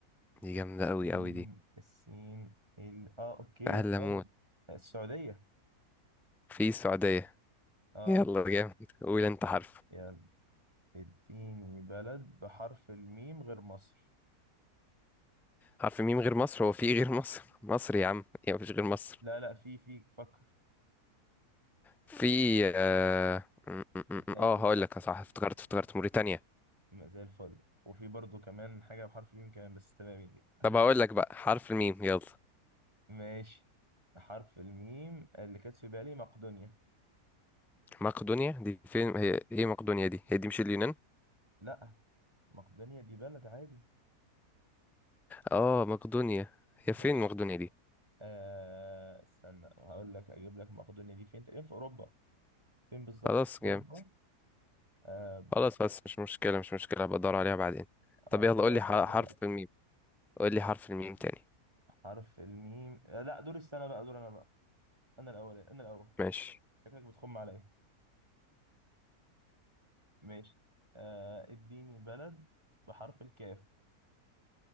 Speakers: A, in the centre; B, on the right.
A: دي
B: السين
A: جامدة أوي أوي دي
B: السين ال... اه اوكي
A: فهل
B: ثواني
A: أموت
B: السعودية
A: في السعودية
B: اه
A: يلا جامد قول أنت حرف
B: يلا اديني بلد بحرف الميم غير مصر
A: حرف ميم غير مصر هو في إيه غير مصر مصر يا عم يا مفيش غير مصر
B: لا لا في في فكر
A: في آه, م- م- م-
B: هتلاقي
A: آه
B: فيه
A: هقول
B: حاجة
A: لك صح افتكرت افتكرت موريتانيا
B: يبقى زي الفل وفي برضو كمان حاجة بحرف الميم كمان بس تمام يجي <laughs>
A: طب هقول لك بقى حرف الميم يلا
B: ماشي حرف الميم اللي كانت في بالي مقدونيا
A: مقدونيا دي فين هي ايه مقدونيا دي هي دي مش اليونان
B: لا مقدونيا دي بلد عادي
A: اه مقدونيا هي فين
B: ده ش...
A: مقدونيا دي
B: آه استنى هقول لك اجيب لك مقدونيا دي فين تقريبا في اوروبا فين بالظبط
A: خلاص
B: في
A: جامد
B: اوروبا آه
A: خلاص بس مش مشكلة مش مشكلة هبقى ادور عليها بعدين طب
B: آه،
A: يلا
B: دولة
A: قول لي
B: في
A: ح-
B: اوروبا
A: حرف
B: فعلا
A: الميم قول لي حرف الميم تاني
B: حرف الميم آه لا دور السنة بقى دور انا بقى انا الاول انا الاول
A: ماشي
B: شكلك بتخم عليا ماشي آه اديني بلد بحرف الكاف